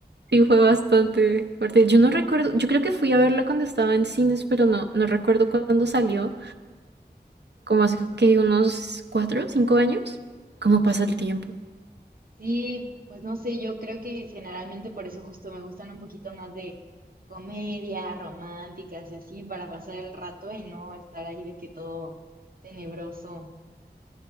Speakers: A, on the right; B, on the right.
A: sí fue bastante fuerte. Yo no recuerdo, yo creo que fui a verla cuando estaba en cines, pero no, no recuerdo cuándo salió, como hace que unos cuatro, cinco años. ¿Cómo pasa el tiempo?
B: Sí, pues no sé, yo creo que generalmente por eso justo me gustan un poquito más de comedia, románticas y así, para pasar el rato y no estar ahí de que todo tenebroso.